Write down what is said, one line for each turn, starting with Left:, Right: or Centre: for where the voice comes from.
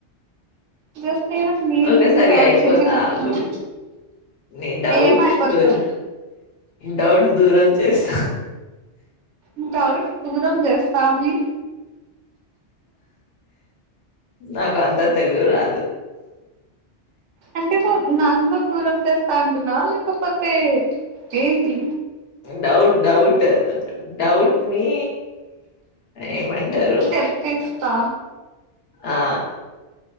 Right: జస్ట్ నేను మీ
Left: ఒకసారి
Right: గురించి ఆలోచించి
Left: అయిపోతా
Right: చెప్తున్నా
Left: ఆగు నీ డౌట్
Right: ఏమ అయిపోతావు
Left: దూర డౌట్ దూరం చేస్తా
Right: ఇంకాట్ దూరం చేస్తాని
Left: నాకు అంతా తెలి అ
Right: అంటే నన్ను దూరం తెస్తాంటిన లేకపోతే ఏంటి
Left: డౌట్ డౌట్ డౌట్ ని ఏమంటారు
Right: తెప్పిస్తా
Left: ఆ